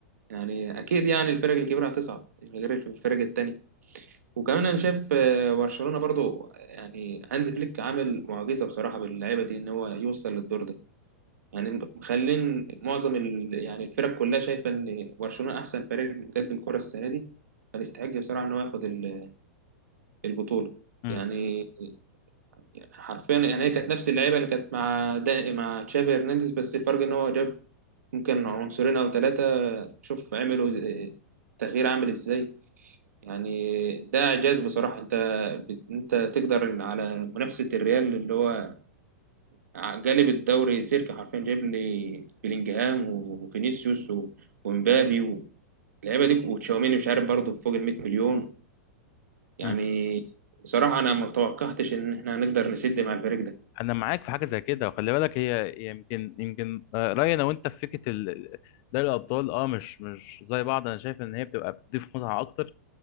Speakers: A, on the right; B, on the left.
A: يعني اكيد يعني الفرق الكبيره هتصعد غير الفرق التانيه وكمان انا شايف آه، برشلونه برضو يعني هانز فليك عامل معجزه بصراحه باللعيبه دي ان هو يوصل للدور ده يعني مخلين معظم ال... يعني الفرق كلها شايفه ان برشلونه احسن فريق بيقدم كره السنه دي فيستحق بصراحه ان هو ياخد ال- البطوله
B: مم.
A: يعني يعني حرفيا يعني هي كانت نفس اللعيبه اللي كانت مع دا... مع تشافي هرنانديز بس الفرق ان هو جاب ممكن عنصرين او ثلاثه شوف عملوا آه، تغيير عامل ازاي يعني ده إعجاز بصراحة أنت بت- أنت تقدر على منافسة الريال اللي هو جالب الدوري سيرك حرفيا جايب لي بلينجهام وفينيسيوس و- ومبابي واللعيبة دي وتشاوميني مش عارف برضه فوق ال 100 مليون يعني
B: مم.
A: بصراحة أنا ما توقعتش إن إحنا هنقدر نسد مع الفريق ده
B: انا معاك في حاجه زي كده وخلي بالك هي يمكن يمكن آه، رايي انا وانت في فكره ال- دوري الابطال اه مش مش زي بعض انا شايف ان هي بتبقى بتضيف متعه اكتر